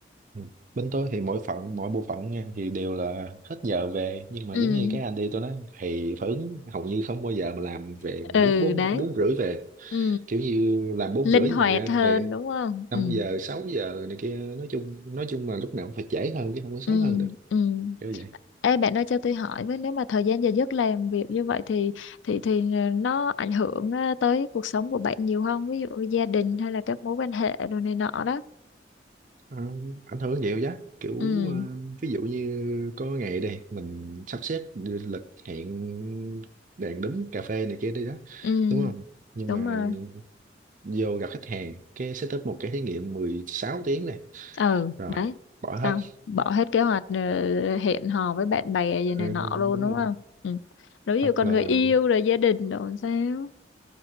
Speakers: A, on the right (about 45°); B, on the left (about 85°).
A: Ừ. Bên tôi thì mỗi phận mỗi bộ phận nha thì đều là hết giờ về nhưng mà
B: ừ
A: giống như cái anh đi tôi nói thì phản ứng hầu như không bao giờ mà làm về mà
B: ừ
A: đúng bốn
B: đấy
A: bốn rưỡi về
B: ừ
A: kiểu như làm bốn
B: linh
A: rưỡi
B: hoạt
A: nhưng thật ra
B: hơn
A: ngày
B: đúng không
A: 5
B: ừ
A: giờ 6 giờ này kia nói chung nói chung là lúc nào cũng phải trễ hơn chứ không có sớm
B: ừ
A: hơn được
B: ừ
A: kiểu vậy
B: Ê bạn ơi cho tôi hỏi với nếu mà thời gian giờ giấc làm việc như vậy thì thì thì ờ, nó ảnh hưởng ờ, tới cuộc sống của bạn nhiều không ví dụ gia đình hay là các mối quan hệ đồ này nọ đó
A: Ờ, ảnh hưởng nhiều giá kiểu
B: ừ
A: ờ, ví dụ như có ngày đây mình sắp xếp lịch hẹn đèn đúng cà phê này kia đi đó
B: ừ
A: đúng không nhưng
B: đúng
A: mà
B: rồi
A: vô gặp khách hàng cái setup một cái thí nghiệm 16 tiếng này
B: ừ
A: rồi
B: đấy
A: bỏ
B: xong
A: hết
B: bỏ hết kế hoạch ờ, hẹn hò với bạn bè gì
A: ừ,
B: này nọ luôn
A: đúng
B: đúng
A: không
B: không ừ. nếu như
A: hoặc
B: còn
A: là
B: người yêu rồi gia đình rồi làm sao